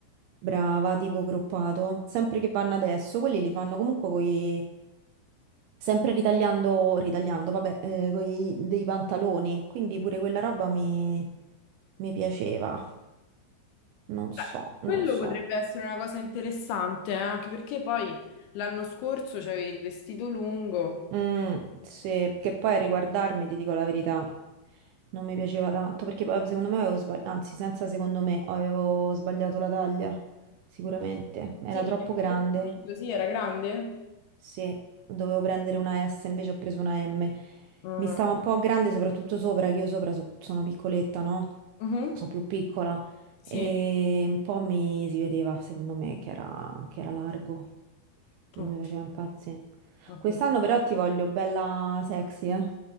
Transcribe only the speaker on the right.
Brava, tipo groppato, sempre che vanno adesso, quelli li fanno comunque coi... sempre ritagliando, ritagliando, vabbè, eh, coi... dei pantaloni, quindi pure quella roba mi, mi piaceva, non so,
non so.
Mm, sì, che poi a riguardarmi, ti dico la verità, non mi piaceva tanto perché poi secondo me avevo sbagliato, anzi, senza secondo me avevo sbagliato la taglia, sicuramente, era
troppo grande
sì, dovevo prendere una S, invece ho preso una M.
Mi stava un po' grande, soprattutto sopra, che io sopra so- sono piccoletta, no?
Sono più piccola.
E un po' mi si vedeva, secondo me, che era, che era largo.
Non mi faceva impazzire.
Quest'anno però ti voglio bella sexy, eh?